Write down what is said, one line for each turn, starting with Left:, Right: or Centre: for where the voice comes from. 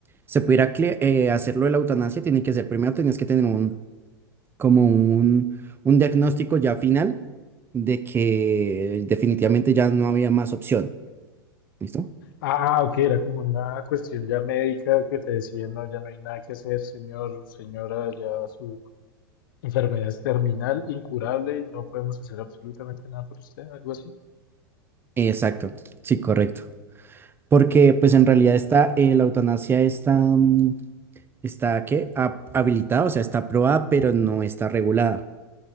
Right: se pudiera cli- eh, hacerlo de la eutanasia, tiene que ser primero tenías que tener un como un, un diagnóstico ya final de que definitivamente ya no había más opción. ¿Listo?
Left: Ah, ok, era como una cuestión ya médica que te decían, no, ya no hay nada que hacer, señor, señora, ya su enfermedad es terminal, incurable y no podemos hacer absolutamente nada por usted, algo así.
Right: Exacto, sí, correcto. Porque pues en realidad está, eh, la eutanasia está, mm, está ¿qué? hab- habilitada, o sea, está aprobada, pero no está regulada.